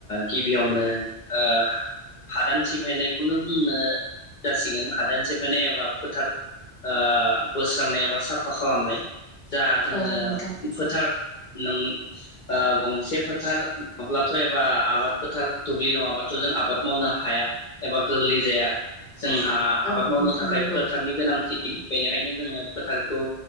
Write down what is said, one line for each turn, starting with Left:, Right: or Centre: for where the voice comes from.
Left: गिबियावनो ओ हादान सिफायनायखौनो बुंनो जासिगोन हादान सिफायनाय एबा फोथार ओ बोस्रांनाय एबा साफा खालामनाय। जा जोङो
Centre: औ नोंथां
Left: फोथार नों ओ गंसे फोथार नङाब्ला थ' एबा आबाद फोथार दुब्लि नङाबाथ' जों आबाद मावनो हाया एबा गोरलै जाया। जोंहा आबाद
Centre: औ
Left: मावनो
Centre: नोंथां
Left: थाखाय
Centre: नंगौ
Left: फोथारनि गोनांथि। बेनिखायनो जोङो फोथारखौ